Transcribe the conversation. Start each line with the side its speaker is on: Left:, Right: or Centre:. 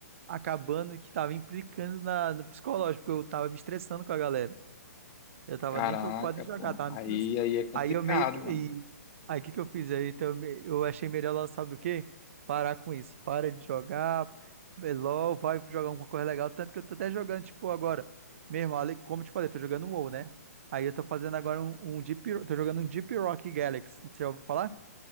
Right: acabando que tava implicando na, no psicológico, porque eu tava me estressando com a galera. Eu tava
Left: Caraca,
Right: nem preocupado em jogar,
Left: pô,
Right: tava
Left: aí,
Right: me estressando.
Left: aí é complicado,
Right: Aí eu meio que. e-
Left: mano.
Right: aí o que que eu fiz? Aí então, eu me- eu achei melhor, lá, sabe o quê? Parar com isso. Para de jogar. é LOL, vai jogar alguma coisa legal. Tanto que eu tô até jogando, tipo, agora. Mesmo, ale- como eu te falei, eu tô jogando WoW, né? Aí eu tô fazendo agora um, um Deep. Tô jogando um Deep Rock Galaxy. Você já ouviu falar?